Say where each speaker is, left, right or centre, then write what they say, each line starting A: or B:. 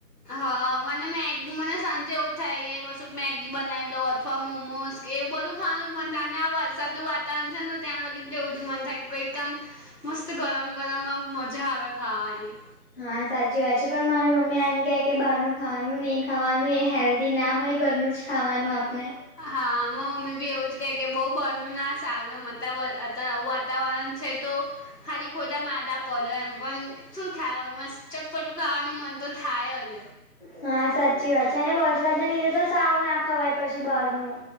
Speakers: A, on the left; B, on the left.
A: હા, મને મેગ મને સાંજે એવું થાય કશુંક મેગી બનાવી લઉ અથવા મોમોઝ એવું બધું ખાવાનું જ મન થાય ને આ વરસાદનું વાતાવરણ છે ને ત્યાં લગી તો એવું જ મન થાય કે કઈ આમ મસ્ત ગરમ ગરમમાં મજા આવે ખાવાની.
B: હા, સાચી વાત છે. પણ મારી મમ્મી એમ કે કે બહારનું ખાવાનું નહીં ખાવાનું એ હેલ્ધી ના હોય ઘરનું જ ખાવાનું આપને.
A: હા, માર મમ્મી બી એવું જ કે બો બારનું ના સારું આમ અત્યારે અત્યારે આવું વાતાવરણ છે તો ખાલી ખોટા માદા પડો એમ પણ શું થાય હવે મસ્ત ચટપટું ખાવાનું મન તો થાય અજ.
B: હા, સાચી વાત છે અને વરસાદના લીધે તો સાવ ના ખવાય પછી બહારનું.